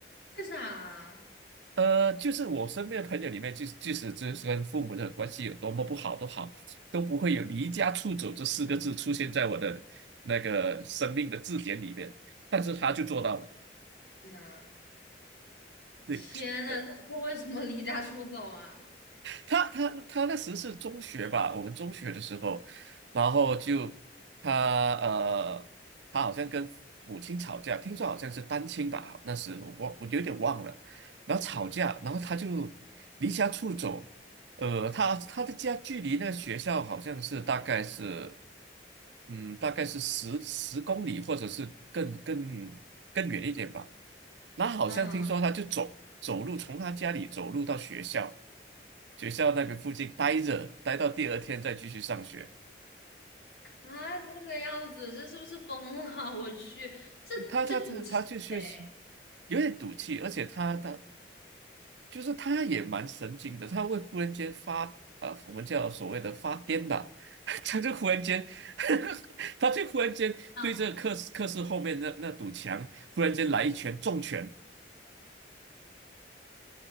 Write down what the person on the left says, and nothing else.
为啥
呐？
天呐，
他他为什么离家出走啊？
啊
啊，这个样子，这是不是疯了？我去，这这赌气呗！
啊，